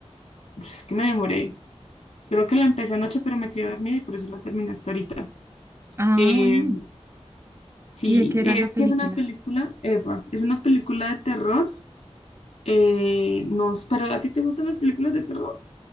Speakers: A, on the left; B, on the right.
A: es que me demoré. Creo que la empecé anoche, pero me quedé dormida y por eso la terminé hasta ahorita.
B: ah,
A: Eh,
B: bueno.
A: sí,
B: ¿Y de qué era
A: es
B: la película?
A: que es una película, Eva, es una película de terror. Eh, no, pero ¿a ti te gustan las películas de terror?